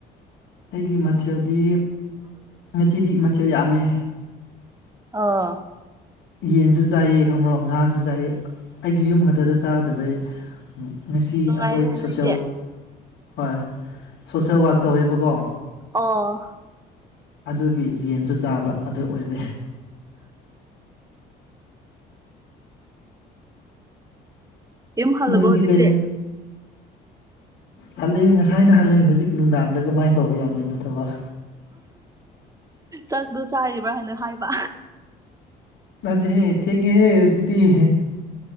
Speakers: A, on the left; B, on the right.
A: ꯑꯩꯒꯤ ꯃꯊꯦꯜꯗꯤ
B: ꯎꯝ
A: ꯑꯁꯤꯤꯗꯤ ꯃꯊꯦꯜ ꯌꯥꯝꯃꯤ
B: ꯑꯥ
A: ꯌꯦꯟꯁꯨ ꯆꯥꯏꯌꯦ ꯈꯪꯕ꯭ꯔꯣ ꯉꯥꯁꯨ ꯆꯥꯏꯑ ꯑꯩꯒꯤ ꯌꯨꯝ ꯈꯛꯇꯗ ꯆꯥꯒꯗꯕꯩ ꯉꯁꯤ
B: ꯑꯁ ꯅꯨꯡꯉꯥꯏꯔꯦꯅꯦ
A: ꯑꯩꯈꯣꯏ ꯁꯣꯁꯦꯜ
B: ꯅꯣꯏꯗꯤ
A: ꯍꯣꯏ ꯁꯣꯁꯦꯜ ꯋꯔꯥꯛ ꯇꯧꯋꯦꯕꯀꯣ
B: ꯑꯣ
A: ꯑꯗꯨꯒꯤ ꯌꯦꯟꯁꯨ ꯆꯥꯕ ꯑꯗꯨ ꯑꯣꯏꯕ
B: ꯏꯝ ꯍꯜꯂꯕꯣꯖꯤꯇꯦ
A: ꯅꯣꯏꯗꯤ ꯀꯩ ꯍꯜꯂꯦ ꯉꯁꯥꯏꯅ ꯍꯜꯂꯦ ꯍꯧꯖꯤꯛ ꯅꯨꯡꯗꯥꯡꯗ ꯀꯃꯥꯏꯅ ꯇꯧꯕ ꯌꯥꯗꯣꯏꯅꯣ ꯊꯕꯛ
B: ꯆꯛꯇꯣ ꯆꯥꯔꯤꯕ꯭ꯔꯥ ꯍꯥꯏꯅ ꯍꯥꯏꯕ
A: ꯅꯗꯤ ꯍꯦ ꯊꯦꯡ ꯍꯦ ꯍꯧꯖꯤꯛꯇ